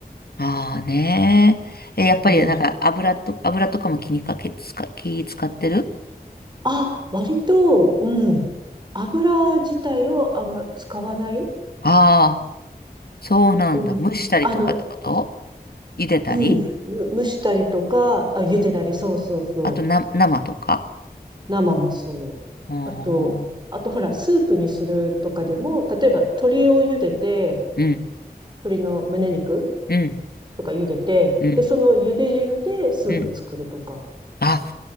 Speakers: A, on the left; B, on the right.
A: ああねえ。えやっぱりなんか油と、
B: うん。
A: 油とかも気にかけ、使、気使ってる
B: あ、割と、うん。油自体をあんま使わない
A: ああ、そうなんだ。
B: うん。
A: 蒸したりとかってこと
B: あの、
A: 茹でたり
B: うん。む蒸したりとか、あ、茹でたり、そうそうそう。
A: あとな、生とか
B: 生もそう。
A: あー
B: あと、あとほら、スープにするとかでも、例えば鶏を茹でて、
A: うん、
B: 鶏の胸肉
A: うん、
B: とか茹でて、
A: うん、
B: で、その茹で汁でスープ作るとか。
A: うん。あ、